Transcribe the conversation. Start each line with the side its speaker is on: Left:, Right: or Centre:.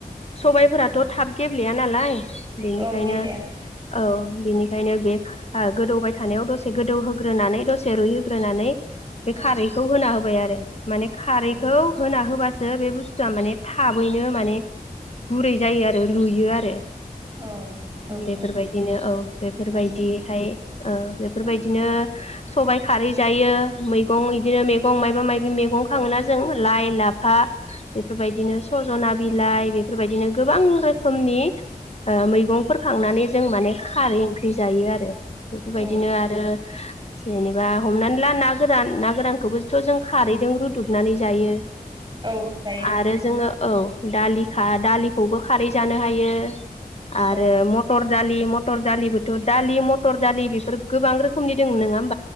Left: सबायफोराथ'
Right: औ
Left: थाब गेब्लेया नालाय बेनिखायनो
Right: औ गेब्लेया नोंथां
Left: औ बिनि ओंखायनो बे ओ गोदौबाय थानायाव दसे गोदौहोग्रोनानै दसे रुइहो ग्रोनानै बे
Right: औ
Left: खारैखौ होना होबाय आरो माने खारैखौ
Right: औ
Left: होना होबासो बे बुस्थुआ माने थाबैनो माने गुरै जायो आरो रुयो आरो
Right: औ औ
Left: बेफोरबायदिनो
Right: औ
Left: औ बेफोरबायदियैहाय
Right: नों
Left: ओ बेफोरबायदिनो
Right: औ
Left: सबाय खारै जायो मैगं बिदिनो मेगं माइबा माइबि खाङोना
Right: औ
Left: जों लाइ लाफ फा बेफोरबायदिनो सजना बिलाइ बेफोर बायदिनो गोबां रोखोमनि मैगं फोर खांनानै जों माने
Right: औ
Left: खारै ओंख्रि जायो आरो बेफोर
Right: औ
Left: बायदिनो आरो जेनेबा हमनानै ला ना गोरान ना गोरानखौबोथ जों खारैदों रुदुब नानै जायो
Right: औ जायो नोंथां
Left: आरो जोङो औ दालि खा दालिखौबो खारै जानो हायो आरो
Right: औ
Left: मटर दालि मटर दालिबोथ दालि लि मटर दालि बेफोर गोबां रोखोमनि दङ नङा बा